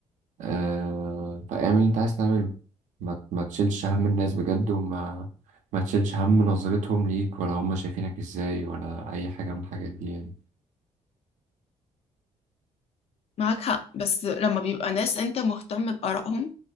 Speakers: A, on the right; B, on the left.
A: آه فاعمل اللي أنت عايز تعمله ما, ما تشيلش هم الناس بجد وما ما تشيلش هم نظرتهم ليك ولا هم شايفينك إزاي ولا أي حاجة من الحاجات دي يعني
B: معاك حق بس لما بيبقى ناس انت مهتم بارائهم